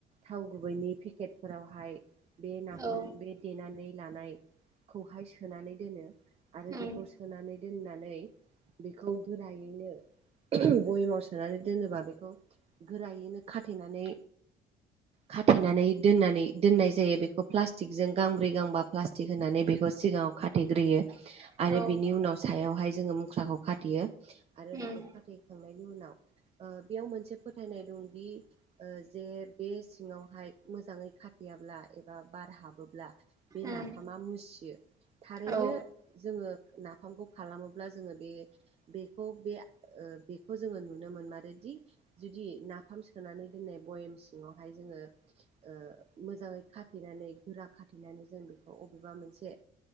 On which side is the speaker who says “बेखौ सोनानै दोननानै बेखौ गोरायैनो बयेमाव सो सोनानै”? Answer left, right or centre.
Right